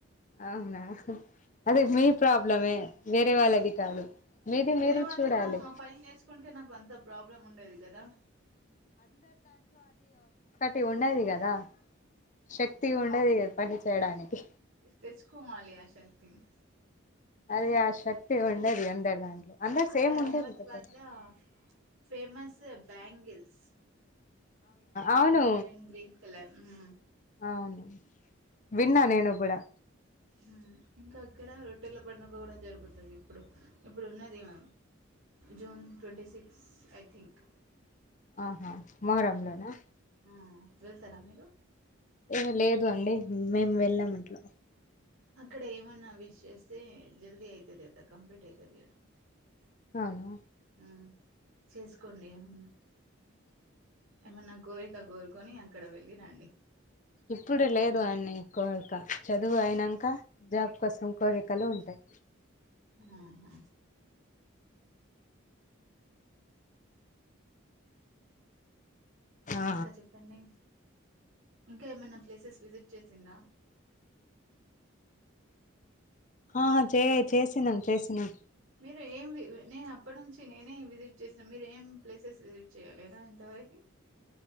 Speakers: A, on the left; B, on the right.
A: అవునా అది మీ ప్రాబ్లమే వేరే వాళ్ళది కాదు మీది
B: వేరే
A: మీరు
B: వాళ్ళు
A: చూడాలి
B: కూడా ఆ పని నేర్చుకుంటే నాకు అంత ప్రాబ్లం ఉండదు కదా
A: తే ఉన్నది కదా శక్తి ఉండది పని తేడానికి
B: తెచ్చుకో మాలియాసా తంగ్
A: <unintelligible> ఈరోజు ఉండదు అందరు దాంట్లో అందరు
B: అక్కడ
A: సేమ్ ఉండదు
B: రహమతాబాద్
A: కొత్తది
B: లో ఫేమస్ బ్యాంగిల్స్
A: అవును
B: రెడ్ అండ్ గ్రీన్ కలర్ మ్మ్
A: అవును విన్నా నేను కూడా
B: ఆ ఇంకా అక్కడ రొట్టెల పండుగ కూడా జరుగుతుంది ఇప్పుడు ఇప్పుడు ఉన్నది ఇగ June twenty six I think
A: ఆహా మొహరం
B: హ్మ్.
A: లోనా
B: ఆ వెళ్తారా మీరు
A: ఏ లేదు అండి మేము వెళ్ళాం అట్లా
B: అక్కడ ఏమన్నా విష్ చేస్తే జల్దీ అయితది అద కంప్లీట్ అవుతది <unintelligible>
A: అవును
B: ఆ చేసుకోండి ఏమన్నా ఏమన్న కూర ఇంకా కోరుకొని అక్కడ వెళ్ళిరండి
A: ఇప్పుడు లేదు అన్ని కోరిక చదువు అయినాంక జాబ్ కోసం కోరికలు ఉంటాయి
B: ఆహా
A: ఆ
B: ఇంకా చెప్పండి ఇంకా ఏమన్నా ప్లేసెస్ విజిట్ వచ్చేసింద
A: హా చే చే సినం చేసినం
B: మీరు ఏం వి ఆ నేను అప్పటి నుంచి నేనే విజిట్ చేస్తన్న మీరు ఏం ప్లేసెస్ విజిట్ చేయాలి కదా ఇంతవరకి